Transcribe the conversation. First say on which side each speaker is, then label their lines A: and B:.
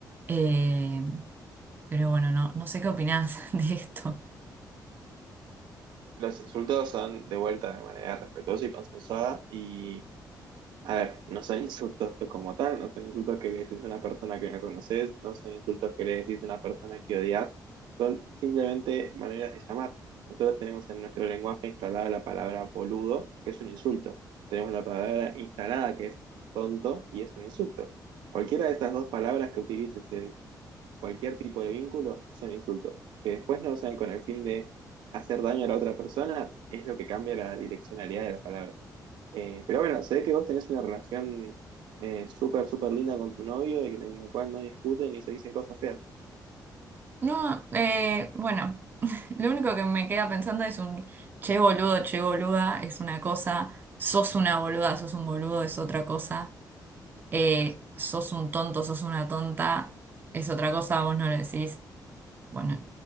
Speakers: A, on the right; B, on the right.
A: Eh, pero bueno, no, no sé qué opinás <laughs> de esto.
B: Los insultos son de vuelta de manera respetuosa y consensuada, y A ver, no son insultos como tal, no son insultos que le decís a una persona que no conoces, no son insultos que le decís a una persona que odias, simplemente maneras de llamar. Nosotros tenemos en nuestro lenguaje instalada la palabra boludo, que es un insulto. Tenemos la palabra instalada, que es tonto, y es un insulto. Cualquiera de estas dos palabras que utilices en cualquier tipo de vínculo son insultos, que después no usan con el fin de hacer daño a la otra persona, es lo que cambia la direccionalidad de la palabra. Eh, pero bueno, se ve que vos tenés una relación eh, súper, súper linda con tu novio y en la cual no discuten ni se dicen cosas feas.
A: No, eh, bueno, <laughs> lo único que me queda pensando es un che boludo, che boluda, es una cosa, sos una boluda, sos un boludo, es otra cosa, eh, sos un tonto, sos una tonta, es otra cosa, vos no lo decís. bueno,